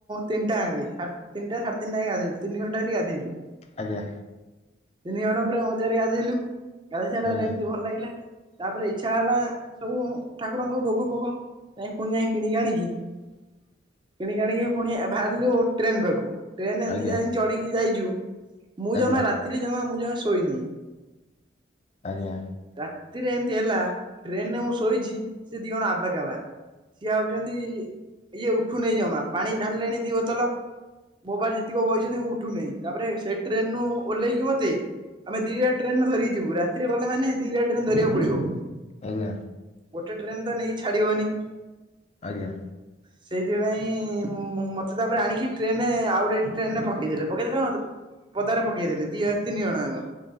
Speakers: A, on the right; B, on the left.
A: ତିନିଟା ଯାଙ୍କେ ସା ତିନିଟା ସାଢେ ତିିନିଟା ଯାଙ୍କେ ଗାଧୋଇଲୁ। ତିନି ଘଣ୍ଟା ଟି ଗାଧେଇଲୁ
B: ଆଜ୍ଞା।
A: ତିନି ଜଣ ପୁରା ମଜାରେ ଗାଧେଇଲୁ। ଗାଧେଇସାରିଲା
B: ଆଜ୍ଞା
A: ପରେ ଏମିତି ଭଲ ଲାଗିଲା ତାପରେ ଇଚ୍ଛା ହେଲା ସବୁ ଠାକୁରଙ୍କୁ ଭୋଗ ଫୋଗ ନାଇଁ ପୁଣି ଯାଇକି କିଣିକି ଆଣିକି ପୁଣି ବାହାରିଲୁ ଟ୍ରେନ ପାଖକୁ ଟ୍ରେନ ଏମିତି
B: ଆଜ୍ଞା
A: ଯାଇ ଚଢିକି ଯାଇଚୁ ମୁଁ
B: ଆଜ୍ଞା
A: ଜମା ରାତିରେ ଜମା ମୁଁ ଜମା ଶୋଇନି।
B: ଆଜ୍ଞା।
A: ରାତିରେ ଏମିତି ହେଲା ଟ୍ରେନରେ ମୁଁ ଶୋଇଚି ସେ ଦିଜଣ ଆବା କାବା। ସିଏ ଭାବୁଛନ୍ତି ଇଏ ଉଠୁନି ଜମା ପାଣି ଢାଲିଲେଣି ଦିବୋତଲ। ମୋ ପାଖରେ ଯେତିକ ବଇଛନ୍ତି ମୁଁ ଉଠୁନାହିଁ ତାପରେ ସେ ଟ୍ରେନରୁୁ ଓହ୍ଲେଇକି ମତେ ଆମେ ଦିଟା ଟ୍ରେନ ଧରିଯିବୁ ରାତିରେ ଗଲେ ମାନେ ଦିଟା ଟ୍ରେନ ଧରିବାକୁ ପଡିବ।
B: ଆଜ୍ଞା।
A: ଗୋଟେ ଟ୍ରେନ ତ ନେଇ ଛାଡିବନି।
B: ଆଜ୍ଞା।
A: ସେଇଥିପାଇଁ ମତେ ତାପରେ ଆଣିକି ଟ୍ରେନରେ ଆଉ ଗୋଟେ ଟ୍ରେନରେ ପକେଇଦେଲେ ପକେଇଦେଲେ କଣ ପଦାରେ ପକେଇଥିଲେ ଦି ତିନି ଜଣ ଆଙ୍କ।